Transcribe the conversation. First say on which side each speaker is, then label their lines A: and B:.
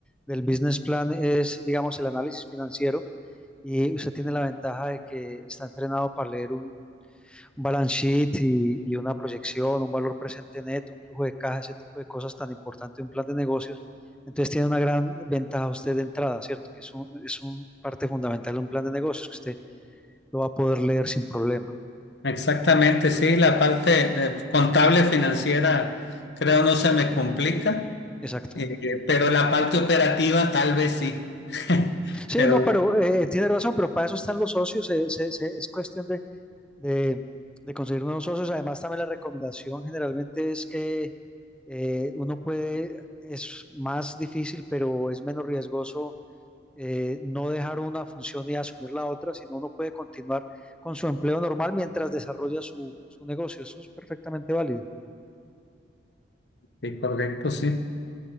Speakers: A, in the centre; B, on the left.
A: del business plan es, digamos, el análisis financiero y usted tiene la ventaja de que está entrenado para leer un, un balance sheet y, y una proyección, un valor presente neto, un flujo de caja, ese tipo de cosas tan importantes de un plan de negocios. Entonces tiene una gran ventaja usted de entrada, ¿cierto? Que es un, es un parte fundamental de un plan de negocios que usted lo va a poder leer sin problema.
B: Exactamente, sí, la parte de contable financiera creo no se me complica.
A: Exacto.
B: Eh, pero la parte operativa tal vez sí. <laughs>
A: Sí,
B: Pero
A: no, pero eh, tiene razón, pero para eso están los socios, eh, se- se- es cuestión de, de- de conseguir nuevos socios. Además, también la recomendación generalmente es que eh, uno puede, es más difícil, pero es menos riesgoso eh, no dejar una función y asumir la otra, sino uno puede continuar con su empleo normal mientras desarrolla su, su negocio. Eso es perfectamente válido.
B: sí, correcto, sí.